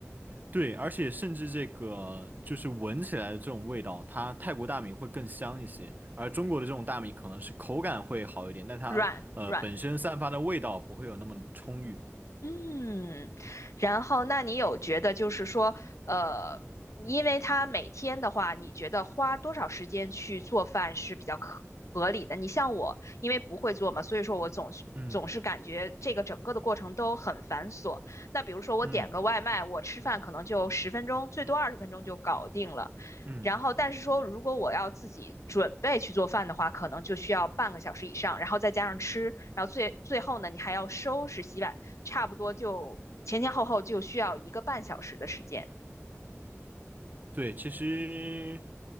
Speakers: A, on the right; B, on the left.
A: 对，而且甚至这个就是闻起来的这种味道，它泰国大米会更香一些，而中国的这种大米可能是口感会好一点，但它呃本身散发的味道不会有那么充裕。
B: 软软。嗯，然后那你有觉得就是说，呃，因为他每天的话，你觉得花多少时间去做饭是比较可合理的？你像我，因为不会做嘛，所以说我总是总是感觉这个整个的过程都很繁琐。
A: 嗯
B: 那比如说我点个外卖，
A: 嗯
B: 我吃饭可能就十分钟，最多二十分钟就搞定了。
A: 嗯。
B: 然后，但是说如果我要自己准备去做饭的话，可能就需要半个小时以上，然后再加上吃，然后最最后呢，你还要收拾、洗碗。差不多就前前后后就需要一个半小时的时间，
A: 对，其实